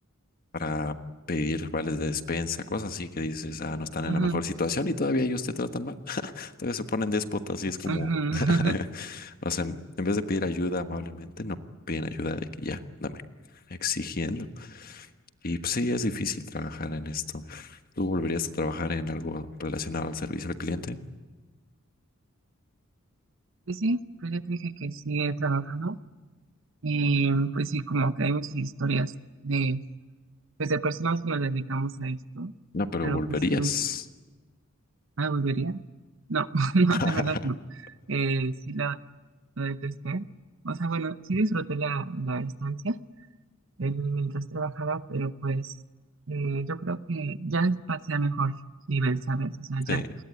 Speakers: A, on the left; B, on the right.
A: para pedir vales de despensa, cosas así que dices, ah, no están en
B: Ujú,
A: la mejor situación y todavía ellos te tratan mal. Entonces se ponen déspotas y es como,
B: ujú.
A: <laughs> o sea, en vez de pedir ayuda amablemente, no, piden ayuda de que ya, dame, exigiendo. Y pues sí, es difícil trabajar en esto. ¿Tú volverías a trabajar en algo relacionado al servicio al cliente?
B: Pues sí, pues ya te dije que sí he trabajado. Y pues sí, como que hay muchas historias de pues de personas que nos dedicamos a esto,
A: No, pero
B: pero
A: volverías.
B: pues sí, no ¿la volvería? No, <laughs> no,
A: <laughs>
B: la verdad no. Eh, sí la, la detesté. O sea, bueno, sí disfruté la, la estancia eh, mientras trabajaba, pero pues eh, yo creo que ya pasé a mejor nivel, ¿sabes? O sea, ya,
A: Sí.